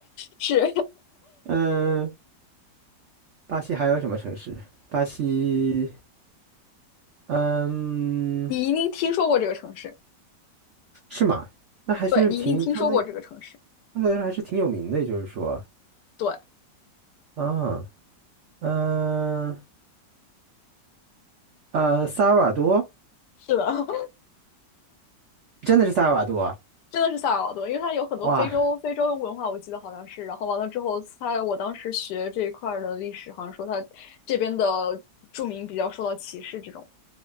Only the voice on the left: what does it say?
<laughs> 是
<laughs> 你一定听说过这个城市，
对你一定听说过这个城市。
对，
是的，
真的是萨尔瓦多，因为它有很多非洲非洲文化，
我记得好像是。然后完了之后，它我当时学这一块儿的历史，好像说它这边的住民比较受到歧视这种。